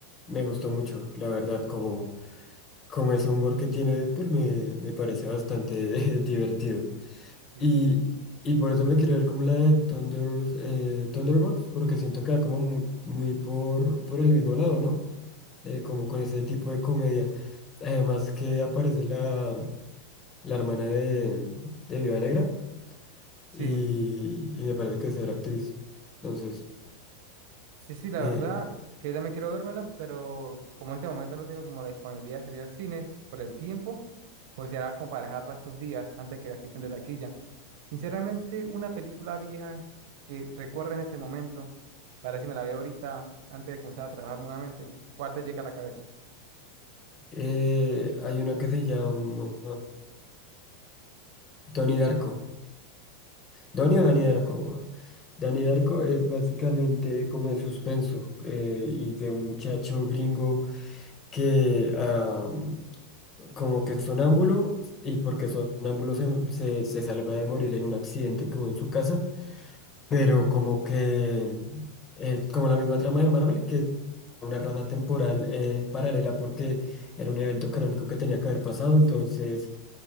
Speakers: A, on the left; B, on the right.
A: me gustó mucho, la verdad, como, como ese humor que tiene Deadpool me, me parece bastante <laughs> divertido.
B: Sí,
A: Y,
B: sí.
A: y por eso me quiero ver como la de Thunders, eh, Thunderbolts, porque siento que va como muy, muy por, por el mismo lado, ¿no? eh, como con ese tipo de comedia. Además que aparece la, la hermana de, de Viuda Negra
B: Sí,
A: y, y me parece que es otra actriz. Entonces,
B: sí, sí, la
A: eh,
B: verdad que yo también quiero vérmela, pero como en este momento no tengo como la disponibilidad de salir al cine por el tiempo, pues será comparejarla estos días antes que la quiten de taquilla. Sinceramente, una película vieja que recuerde en este momento, para ver si me la veo ahorita antes de comenzar a trabajar nuevamente, ¿cuál te llega a la cabeza?
A: eh, hay una que se llama Donnie Darko. Donnie
B: Tony,
A: o Danny Darko. Danny Darko es básicamente como de suspenso eh, y de un muchacho gringo que... am, como que es sonámbulo y porque sonámbulo se, se, se salva de morir en un accidente que hubo en su casa, pero como que, mm, eh, como la misma trama de Marvel, que es una rama temporal eh, paralela porque era un evento canónico que tenía que haber pasado, entonces